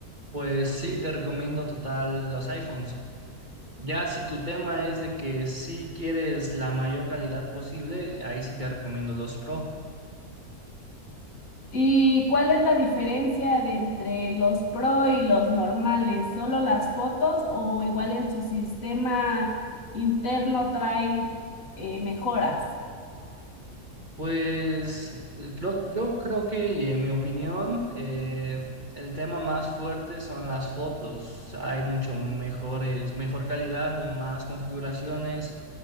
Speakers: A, on the right; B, on the left.
A: pues sí te recomiendo total los iPhones. Ya si tu tema es de que sí quieres la mayor calidad posible, ahí sí te recomiendo los Pro.
B: ¿Y cuál es la diferencia de entre los Pro y los normales? ¿Solo las fotos o igual en su sistema interno trae eh, mejoras?
A: Pues eh, creo- yo creo que, y en mi opinión, eh, el tema más fuerte son las fotos. Hay mucho mejores, mejor calidad, más configuraciones,